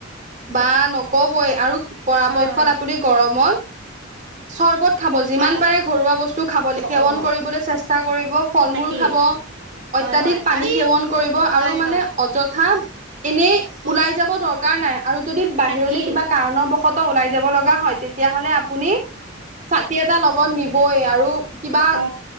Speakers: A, on the right; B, on the right.
A: বা নকবই আৰু পৰাপক্ষত
B: হয় হয়
A: আপুনি গৰমত চৰ্বত খাব যিমান
B: হয় হয়
A: পাৰে ঘৰুৱা বস্তু খাবলে,
B: অ
A: সেৱন
B: অ
A: কৰিবলৈ চেষ্টা কৰিব। ফল
B: তাকেই
A: মূল খাব, অত্যাধিক
B: হয় হয়
A: পানী
B: আৰু
A: সেৱন
B: এই
A: কৰিব
B: হয়
A: আৰু মানে
B: হয়
A: অযথা এনেই
B: বচ
A: ওলাই যাব দৰকাৰ নাই। আৰু যদি বাহিৰলৈ
B: তাকেই
A: কিবা কাৰণৰবশতঃ ওলাই যাব লগা হয় তে তিয়াহ'লে আপুনি ছাতি এটা লগত নিবই আৰু কিবা
B: অ